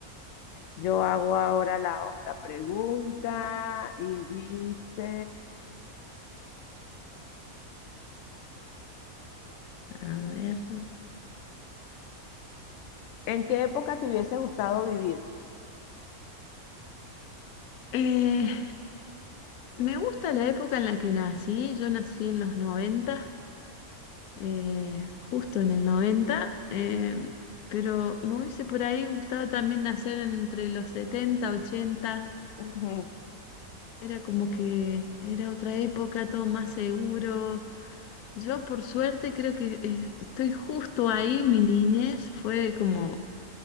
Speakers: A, on the left; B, on the left.
A: yo hago ahora la, o- la pregunta y dice,
B: A ver.
A: ¿en qué época te hubiese gustado vivir?
B: Eh, me gusta la época en la que nací. Yo nací en los 90. eh, justo en el 90, eh, pero me hubiese por ahí gustado también nacer entre los 70 80.
A: Ujú,
B: era como que era otra época, todo más seguro. Yo por suerte creo que eh, estoy justo ahí, mi niñez fue como,